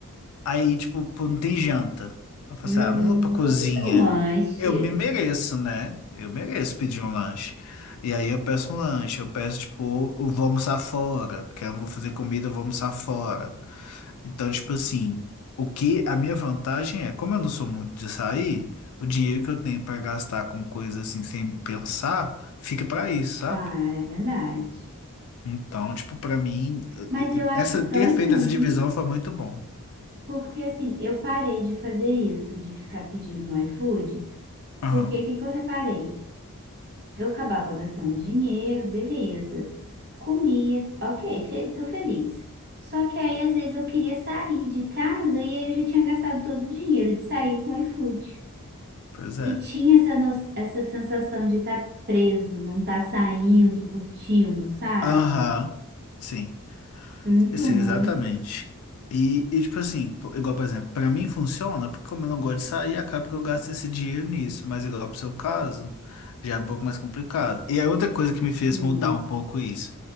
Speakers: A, on the left (about 75°); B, on the right (about 45°).
A: aí, tipo, pô, não tem janta. Eu falo
B: Hum,
A: assim, ah, não vou pra cozinha.
B: vou pedir um lanche.
A: Eu me mereço, né? Eu mereço pedir um lanche. E aí eu peço um lanche, eu peço, tipo, eu vou almoçar fora, porque eu não vou fazer comida, eu vou almoçar fora. Então, tipo assim, o que a minha vantagem é, como eu não sou muito de sair, o dinheiro que eu tenho pra gastar com coisas assim sem pensar, fica pra isso, sabe?
B: Ah, é verdade.
A: Então, tipo, pra mim,
B: Mas eu acho
A: essa
B: tão
A: ter feito
B: ruim,
A: essa divisão foi muito bom.
B: porque assim, eu parei de fazer isso, de ficar pedindo no iFood,
A: Aham,
B: porque o que que eu reparei? Eu acabava gastando dinheiro, beleza. Comia, ok, fe tô feliz. Só que aí, às vezes, eu queria sair de casa e aí eu já tinha gastado todo o dinheiro de sair com o iFood.
A: pois é.
B: E tinha essa, no- essa sensação de estar preso, não estar saindo, curtindo, sabe?
A: Aham, sim,
B: Muito
A: eu sei
B: ruim,
A: exatamente. E, e, tipo assim, pô, igual, por exemplo, pra mim funciona, porque como eu não gosto de sair, acaba que eu gasto esse dinheiro nisso, mas igual pro seu caso, já é um pouco mais complicado. E aí outra coisa que me fez
B: sim.
A: mudar um pouco isso.